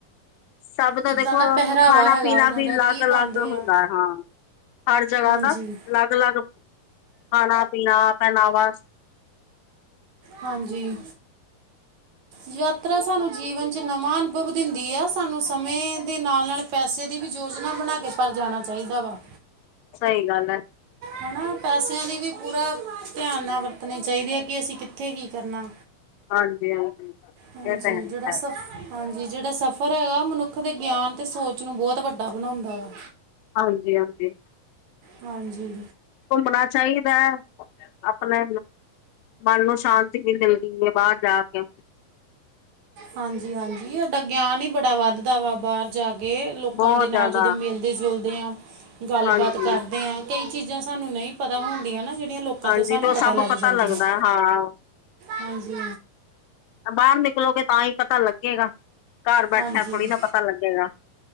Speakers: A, on the left (about 85°); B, on the right (about 65°).
A: ਸਭ ਦਾ
B: ਕਿੱਦਾਂ
A: ਦੇਖੋ
B: ਪਹਿਰਾਵਾ
A: ਖਾਣਾ
B: ਹੈਗਾ
A: -ਪੀਣਾ,
B: ਉਹਨਾਂ
A: ਵੀ
B: ਦਾ
A: ਅਲੱਗ
B: ਕੀ
A: ਅਲੱਗ
B: ਪਾਉਂਦੇ
A: ਹੁੰਦਾ,
B: ਆ
A: ਹਾਂ। ਹਰ ਜਗ੍ਹਾ
B: ਹਾਂਜੀ
A: ਦਾ ਅਲੱਗ -ਅਲੱਗ ਖਾਣਾ, ਪੀਣਾ, ਪਹਿਨਾਵਾ।
B: ਹਾਂਜੀ।
A: <inaudible>
B: ਯਾਤਰਾ ਸਾਨੂੰ ਜੀਵਨ ਚ ਨਵਾਂ ਅਨੁਭਵ ਦਿੰਦੀ ਆ ਸਾਨੂੰ ਸਮੇਂ ਦੇ ਨਾਲ-ਨਾਲ। ਪੈਸੇ ਦੀ ਵੀ ਯੋਜਨਾ ਬਣਾ ਕੇ ਪਰ ਜਾਣਾ ਚਾਹੀਦਾ ਵਾ।
A: ਸਈ ਗੱਲ ਐ।
B: ਹਨਾ ਪੈਸਿਆਂ ਦੀ ਵੀ ਪੂਰਾ ਧਿਆਨ ਨਾ ਵਰਤਣੀ ਚਾਹੀਦੀ ਐ ਕਿ ਅਸੀਂ ਕਿ। ਉੱਥੇ ਕੀ ਕਰਨਾ,
A: ਹਾਂਜੀ ਹਾਂਜੀ
B: ਹਾਂਜੀ
A: ਇਹ ਤਾਂ
B: ਜਿਹੜਾ
A: ਹੈ
B: ਸਭ। ਹਾਂਜੀ, ਜਿਹੜਾ ਸਫ਼ਰ ਹੈਗਾ, ਮਨੁੱਖ ਦੇ ਗਿਆਨ ਅਤੇ ਸੋਚ ਨੂੰ ਬਹੁਤ ਵੱਡਾ ਬਣਾਉਂਦਾ ਵਾ।
A: ਹਾਂਜੀ -ਹਾਂਜੀ।
B: ਹਾਂਜੀ।
A: ਘੁੰਮਣਾ ਚਾਹੀਦਾ ਹੈ, ਆਪਣੇ ਮਨ ਨੂੰ ਸ਼ਾਂਤੀ ਵੀ ਮਿਲਦੀ। ਬਾਹਰ ਜਾ ਕੇ।
B: ਹਾਂਜੀ, - ਹਾਂਜੀ, ਸਾਡਾ ਗਿਆਨ ਈ ਬੜਾ ਵੱਧਦਾ ਵਾ, ਬਾਹਰ। ਜਾ ਕੇ ਲੋਕਾਂ
A: ਬਹੁਤ
B: ਦੇ
A: ਜ਼ਿਆਦਾ
B: ਨਾਲ ਜਦੋਂ ਮਿਲਦੇ -ਜੁਲਦੇ ਹਾਂ, ਗੱਲਬਾਤ
A: ਹਾਂਜੀ
B: ਕਰਦੇ ਹਾਂ। ਕਈ ਚੀਜ਼ਾਂ, ਸਾਨੂੰ ਨਈ ਪਤਾ ਹੁੰਦੀਆਂ ਨਾ ਲੋਕਾਂ
A: ਹਾਂਜੀ
B: ਤੋਂ ਸਾਨੂੰ
A: ਤੇ ਉਹ
B: ਪਤਾ
A: ਸਭ
B: ਲੱਗ ਜਾਂਦੀਆਂ,
A: ਲੱਗਦਾ ਹਾਂ
B: ਹਾਂਜੀ
A: ਬਾਹਰ ਨਿਕਲੋਗੇ ਤਾਂ ਹੀ ਪਤਾ ਲੱਗੇਗਾ, ਘਰ ਬੈਠਿਆਂ
B: ਹਾਂਜੀ
A: ਥੋੜ੍ਹੀ ਨਾ ਪਤਾ ਲੱਗੇਗਾ